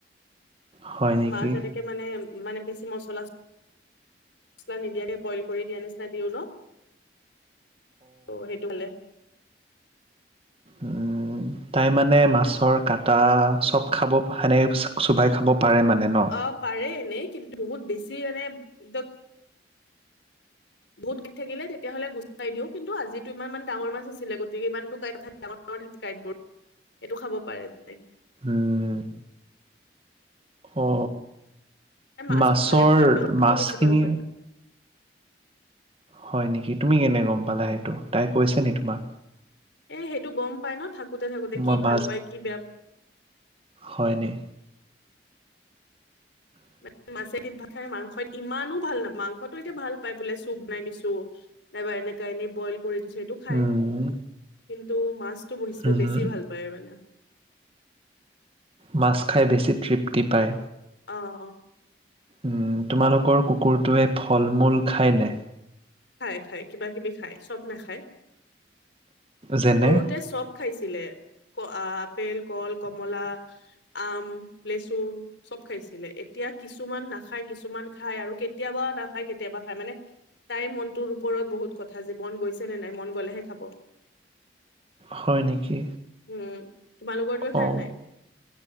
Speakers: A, on the right; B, on the left.
A: হয় নেকি?
B: মাছ এনেকে মানে মানে বেছি মচলা চছলা নিদিয়াকে বইল কৰি দিয়া নিচিনা দিওঁ ন অ সেইটো খালে
A: উম তাই মানে মাছৰ কাটা চব খাব সেনেকে চোবাই খাব পাৰে মানে ন?
B: অ পাৰে এনেই কিন্তু বহুত বেছি মানে একদম বহুত কাইট থাকিলে তেতিয়া হ'লে গুচাই দিওঁ কিন্তু আজিটো ইমান মান ডাঙৰ মাছ আছিলে গতিকে ইমানতো ক ডাঙৰ ডাঙৰ থাকে কাঁইটবোৰ এইটো খাব পাৰে পাৰে ন
A: উম অ
B: মাছো
A: মাছৰ
B: ভালে পায় ঘৰতকেও
A: মাছখিনি
B: বেছি ভাল পায়
A: হয় নেকি তুমি কেনে গম পালা সেইটো তাই কৈছে নি তোমাক
B: এ সেইটো গম পাই ন থাকোতে থাকোতে কি
A: মই
B: ভাল
A: মাছ
B: পায় কি বেয়া পায়
A: হয় নি? উম
B: মিত মাছেদি ভাত খাই মাংস মাংস ইমানো ভাল নাপ মাংসটো এতিয়া ভাল পায় বোলে চুপ বনাই দিছো নাইবা এনেকা এনেই বইল কৰি দিছো সেইটো খাই
A: উম
B: কিন্তু মাছ এইটো বহি চোৱে
A: উম
B: বেছি ভাল পায় মানে।
A: মাছ খাই বেছি তৃপ্ত টিপায়।
B: অ
A: উম উ উ তোমালোকৰ কুকুৰটোৱে ফল মূল খায় নে?
B: খায় খায় কিবা কিবি খায় চব নে খায়।
A: যেনে
B: সৰুতে চব খাইছে। এৰিদিলে ক আ আ আপেল, কল, কমলা, আম, লেচু চব খাইছিলে। এতিয়া কিছুমান নাখায়, কিছুমান খায় আৰু কেতিয়াবা নাখায়, কেতিয়াবা খায় মানে তাইৰ মনটোৰ ওপৰত বহুত কথা যে মন গৈছে নে নাই মন গলেহে খাব।
A: হয় নেকি?
B: উম। তোমালোকৰটোৱে খায়
A: অ',
B: নে নাই